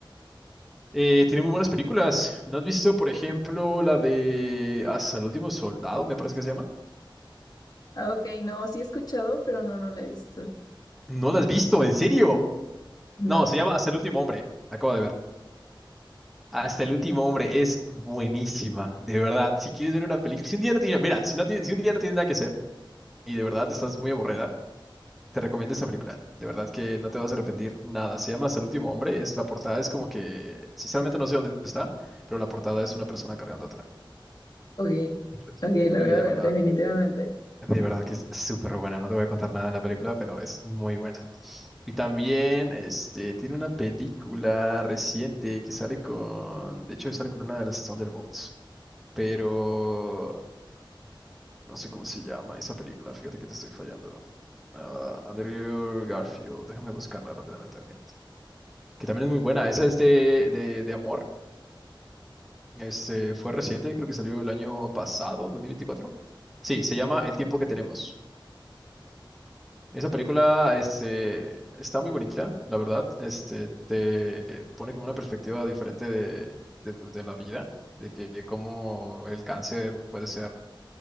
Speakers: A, in the centre; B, on the left.
A: eh, tiene muy buenas películas. ¿No has visto, por ejemplo, la de Hasta el último soldado, me parece que se llama?
B: Ah, Ok, no, sí he escuchado, pero no, no la he visto.
A: ¿No la has visto? ¿En serio?
B: No,
A: No, se llama Hasta el último hombre. Acabo de ver. Hasta el último hombre es buenísima, de verdad. Si quieres ver una película, si un día no tienes, mira, si, no ti- si un día no tienes nada que hacer y de verdad estás muy aburrida, te recomiendo esta película. De verdad que no te vas a arrepentir nada. Se llama Hasta el último hombre, es la portada es como que, sinceramente no sé dónde está, pero la portada es una persona cargando a otra.
B: ok,
A: Y pues,
B: ok, la
A: y
B: voy a
A: de
B: ver
A: verdad,
B: definitivamente.
A: de verdad que es súper buena. No te voy a contar nada de la película, pero es muy buena. Y también, este, tiene una película reciente que sale con, de hecho, sale con una de las Thunderbolts. pero no sé cómo se llama esa película, fíjate que te estoy fallando. Ah, Andrew Garfield, déjame buscarla rápidamente, ok. Que también es muy buena, esa es de, de, de amor, este, fue reciente, creo que salió el año pasado, dos mil veinticuatro Sí, se llama El tiempo que tenemos. Esa película, este, está muy bonita, la verdad, este, te pone como una perspectiva diferente de, de, pues, de la vida, de que cómo el cáncer puede ser